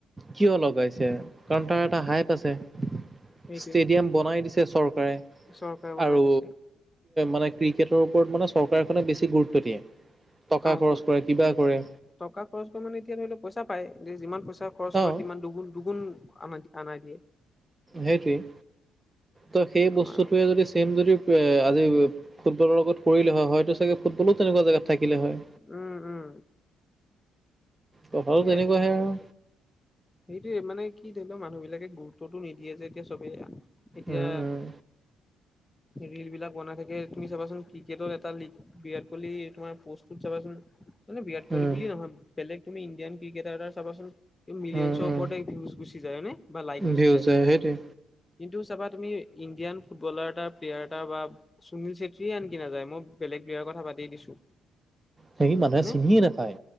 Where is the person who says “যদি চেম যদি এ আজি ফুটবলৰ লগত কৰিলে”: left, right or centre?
Right